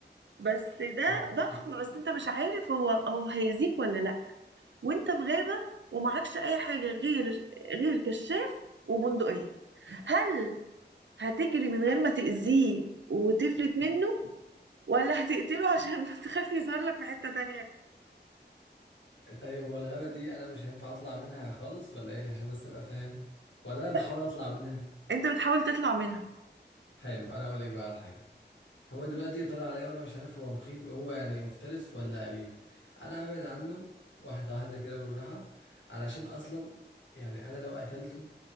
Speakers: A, on the right; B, on the left.
A: بس ده
B: حلو اكيد
A: ضخم بس انت مش عارف هو هو هيأذيك ولا لا وانت في غابة ومعكش اي حاجة غير غير كشاف وبندقية هل هتجري من غير ما تأذيه وتفلت منه ولا هتقتله عشان <laughs> تخافي يظهر لك في حتة تانية
B: طيب هو الغابة دي انا مش هينفع اطلع منها خالص ولا ايه عشان بس ابقى فاهم ولا انا
A: لا
B: بحاول اطلع منها
A: انت بتحاول تطلع منها
B: حلو انا اقول لك بقى على حاجة هو دلوقتي طلع عليا وانا مش عارف هو مخيف هو يعني مفترس ولا اليف انا هبعد عنه واحدة واحدة كده بالراحة علشان اصلا يعني انا لو قتلته